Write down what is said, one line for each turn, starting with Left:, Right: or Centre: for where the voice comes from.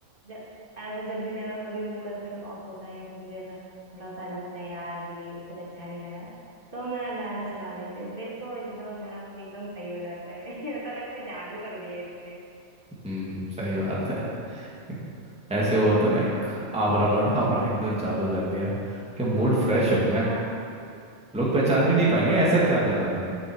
Right: ज- ऐसे जब भी मेरा कभी मूड ऐसे ऑफ होता है या फिर मुझे ऐसा थोड़ा सा लगता है यार अभी कुछ अच्छा नहीं लग रहा तो मैं गाना चला लेती हूँ फिर तो एकदम मेरा मूड एकदम सही हो जाता है <laughs> ऐसा लगता है जादू कर दिया है इसने
Centre: हम्म सही बात है <laughs> ऐसे वो होता ना एक आवरा का डावरा एकदम जादू कर दिया कि मूड फ्रेश हो गया
Right: हाँ
Centre: लोग पहचान
Right: वही
Centre: भी नहीं पाएंगे ऐसा क्या करा तूने